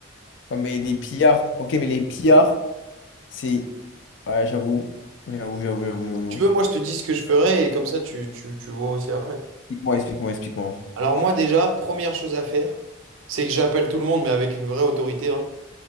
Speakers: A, on the left; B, on the right.
A: Ouais, mais les pillards. Ok, mais les pillards, c'est. Ouais, j'avoue. J'avoue, j'avoue, j'avoue, j'avoue.
B: Si Tu veux, moi, je te dis ce que je ferai et comme ça, tu, tu, tu vois aussi après.
A: Explique-moi, explique-moi, explique-moi.
B: Alors, moi, déjà, première chose à faire, c'est que j'appelle tout le monde, mais avec une vraie autorité, hein.